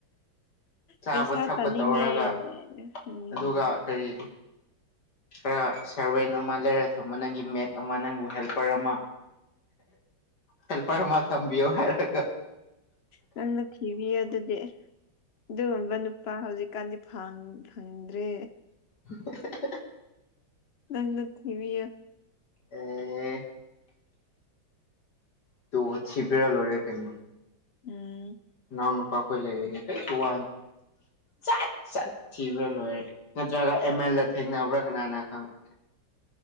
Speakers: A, on the left; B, on the left.
A: ꯆꯥꯕ
B: ꯄꯩꯁꯥ
A: ꯊꯛꯄ
B: ꯇꯥꯅꯤꯡꯉꯦ
A: ꯇꯧꯔꯒ
B: ꯎꯝ
A: ꯑꯗꯨꯒ ꯀꯔꯤ ꯈꯔ ꯁꯔꯚꯦꯟ ꯑꯃ ꯂꯩꯔ ꯊꯝꯕ ꯅꯪꯒꯤ ꯃꯦꯠ ꯑꯃ ꯅꯪꯕꯨ ꯍꯦꯜꯄꯔ ꯑꯃ ꯍꯜꯄꯔ ꯃꯥ ꯊꯝꯕꯤꯣ ꯍꯥꯏꯔꯒ
B: ꯅꯪꯅ ꯊꯤꯕꯤ ꯑꯗꯨꯗꯤ ꯑꯗꯨꯒꯨꯝꯕ ꯅꯨꯄꯥ ꯍꯧꯖꯤꯛꯀꯥꯟꯗꯤ ꯐꯪꯗ꯭ꯔꯦ
A: ꯍ
B: ꯅꯪꯅ ꯊꯤꯕꯤꯌꯣ
A: ꯑꯦ ꯇ ꯁꯤꯕꯤꯔ ꯂꯣꯏꯔꯦ ꯀꯩꯅꯣ
B: ꯎꯝ
A: ꯅꯅꯥꯎ ꯅꯨꯄꯥꯈꯣꯏ ꯂꯩꯅꯦ ꯀꯩ ꯊꯨ ꯋꯥꯔꯨꯅꯨ ꯊꯤꯕ꯭ꯔꯥ ꯂꯣꯏꯔꯦ ꯅꯠꯇ꯭ꯔꯒ ꯑꯦꯝ ꯑꯦꯜꯗ ꯊꯦꯡꯅꯕ꯭ꯔꯥ ꯀꯅꯥꯅ ꯈꯪꯕꯔꯣ